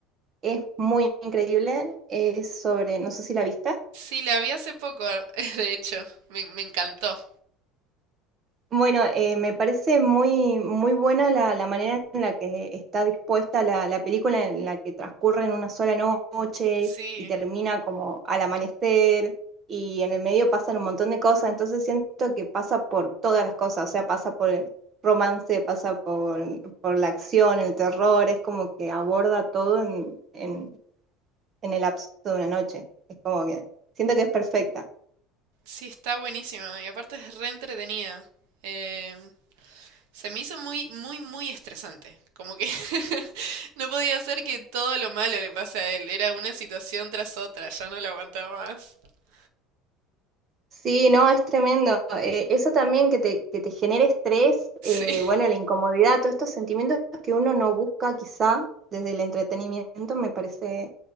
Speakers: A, on the right (about 25°); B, on the right (about 75°).
A: es muy increíble. Es sobre, no sé si la viste.
B: Sí, la vi hace poco, <laughs> de hecho, me, me encantó.
A: Bueno, eh, me parece muy, muy buena la, la manera en la que está dispuesta la, la película, en la que transcurre en una sola noche
B: Sí,
A: y termina como al amanecer y en el medio pasan un montón de cosas, entonces siento que pasa por todas las cosas, o sea, pasa por el romance, pasa por, por la acción, el terror, es como que aborda todo en, en, en el lapso de una noche, es como que siento que es perfecta.
B: sí, está buenísima y aparte es re entretenida. Em, se me hizo muy, muy, muy estresante. Como que <laughs> no podía ser que todo lo malo le pase a él. Era una situación tras otra, ya no la aguantaba más. <laughs>
A: Sí, no, es tremendo. Eh, eso también que te, que te genere estrés,
B: Sí,
A: eh, bueno, la incomodidad, todos estos sentimientos que uno no busca quizá desde el entretenimiento, me parece